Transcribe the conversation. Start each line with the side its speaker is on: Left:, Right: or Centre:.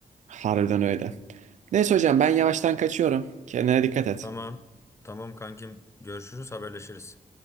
Right: harbiden öyle. Neyse hocam ben yavaştan kaçıyorum. Kendine dikkat et.
Left: Tamam. Tamam kankim. Görüşürüz, haberleşiriz.